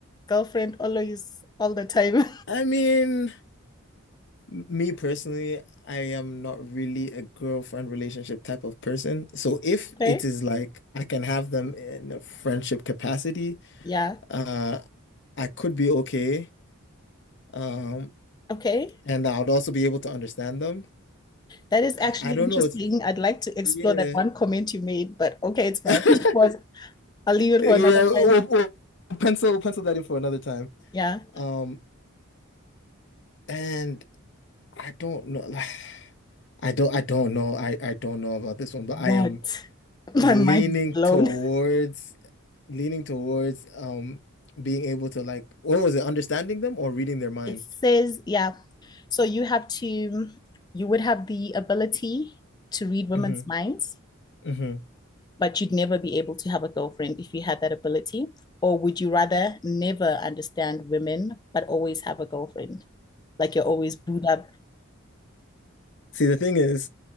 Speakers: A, on the left (about 20°); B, on the left (about 55°).
A: girlfriend always all the time.
B: I mean, m- me personally, I am not really a girlfriend relationship type of person. So if
A: <laughs> okay.
B: it is like I can have them in a friendship capacity,
A: Yeah.
B: uh, I could be okay. Um,
A: Okay.
B: and I would also be able to understand them.
A: That is
B: I,
A: actually
B: I don't
A: interesting.
B: know. It's,
A: I'd like to explore
B: yeah.
A: that one comment you made, but okay, it's fine.
B: <laughs>
A: <laughs> It was, I'll leave it
B: Yeah,
A: for another
B: we'll,
A: time.
B: we'll pencil pencil that in for another time.
A: Yeah.
B: Um, and I don't know, <sighs> like, I don't, I don't know, I, I don't know about this one, but I
A: What?
B: am
A: <laughs> My
B: leaning
A: mind is blown.
B: towards, leaning towards, um, being able to like, what was it, understanding them or reading their minds?
A: It says, yeah. So you have to, you would have the ability to read women's
B: hmm
A: minds,
B: hmm
A: but you'd never be able to have a girlfriend if you had that ability. Or would you rather never understand women, but always have a girlfriend? Like you're always booed up
B: see, the thing is,